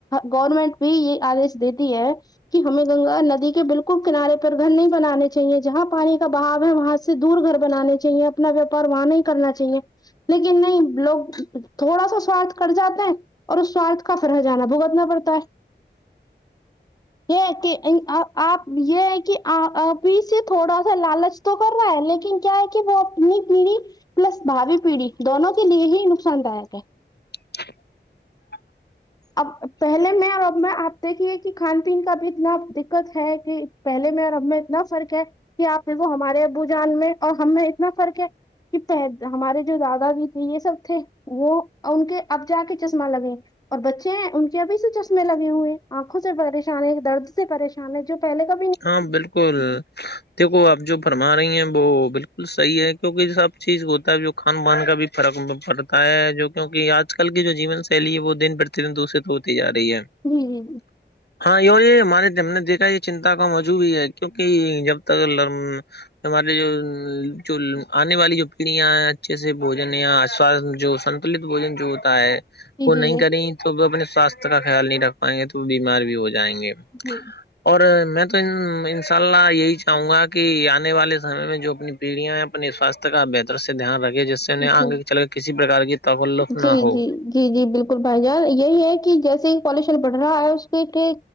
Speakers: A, on the left; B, on the left.
A: گورنمنٹ بھی یہ آدیش دیتی ہے کہ ہمیں گنگا ندی کے بالکل کنارے پر گھر نہیں بنانے چاہیے جہاں پانی کا بھا ہے وہاں سے دور گھر بنانے چاہیے اپنا ویاپار وہاں نہیں کرنا چاہیے لیکن نہیں لوگ تھوڑا سا سواارھ کر جاتے ہیں اور اس سوارتھ کا فرح جانا بھگتنا پڑتا ہے
B: ا
A: یہ کہ آپ یہ ہے کہ آ سے تھوڑا س لالچ تو کر رہا ہے لیکن کیا ہے کہ وہ اپنی پیڑھی پلس بھاوی پیڑھی دونوں کے لیے ہی نقصان داک ہے
B: <inaudible>
A: اب پہلے میں اور اب میں آپ دیکھیے کہ کھان پین کا بھی اتنا دقت ہے کہ <inaudible> پہلے میں اور ہم میں اتنا فرق ہے کہ آپ وہ ہمارے ابو جان میں اور ہم میں اتنا فرق ہے کہ پہ ہمارے جو دادا بھی تھے یہ سب تھے <inaudible> وہ ان کے اب جا کے چشمہ لگیں <inaudible> اور بچے ہیں ان کے ابھی سے چشمے لگے ہوئے ہیں آنکھوں سے پریشان ہے درد سے پریشان ہے جو پہلے کا
B: ہاں بالکل دیکھو آپ جو فرما رہی ہیں وہ بالکل صحیح ہے کیونکہ سب چیز کو ہوتا ہے جو خھان پان کا بھی فرق پڑتا ہے جو کیوںکہ آج کل کی جو جین شیلی ہے وہ دن پر دورے تو ہوتی جا رہی ہے
A: جی
B: ہاں یہی اور یہ ہمارے ہم نے دیکھا یہ چنتا کا موجوع ہے کیونکہ جب تک ل ہمارے جو جو آنے والی جو پیڑیاں اچھے سے بوجن یا جو سن بجن جو ہوتا ہے وہ
A: جی جی
B: نہیں کریں تو وہ اپنے سواستھ کا خیال نہیں رکھ پائیں گے تو وہ بیمار بھی ہو جائیں گے
A: ہوں <inaudible>
B: اور میں تو ان شاء اللہ یہی چاہوں گا کہ آنے والے سمے میں جو اپنی پیڑھیاں <inaudible> اپنے سواستھ کا بہتر سے دھیان رکھے جس سے انہیں
A: جی ٹھیک
B: آنگے چل کے کسی پرکار کی تکلف
A: جی
B: نہ ہو
A: جی جی جی بالکل بھائی جان یہی ہے کہ جیسے ہی پالوشن بڑھ رہا ہے اس کے کہ